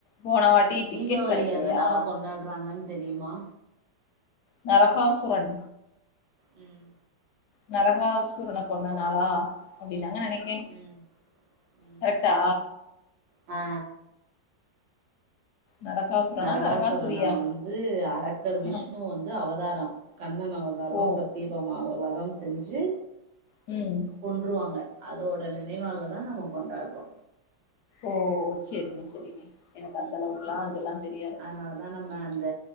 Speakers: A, on the left; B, on the right.
A: போன வாட்டி
B: தீபாவளி
A: டிக்கெட் கெடைக்கலையா
B: எதனால கொண்டாட்றாங்கன் தெரியிமா
A: நரகாசுரன்
B: ம்
A: நரகாசுரன கொன்ன நாளா அப்டினாங்க நெனைக் கே
B: ம் ம்
A: கரெக்ட்டா
B: ஆ
A: நரகாசுரனா
B: நரகாசுரன
A: நரகாசுரியா
B: வந்து அரக்கர் விஷ்ணு
A: ஆ
B: வந்து அவதாரோ கண்ணன் அவதாரோ
A: ஓ
B: சத்தியபாமாவ வதம் செஞ்சு
A: ம்
B: கொன்றுவாங்க அதோட நினைவாகதா நம்ம கொண்டாட்றோ
A: ஓ செரிங்க செரிங்க எனக்கு
B: ம்
A: அந்த அளவுக்குலா
B: ம் ம்
A: இதெல்லா
B: ம்
A: தெரியாதுங்க
B: அதனால தா நம்ம அந்த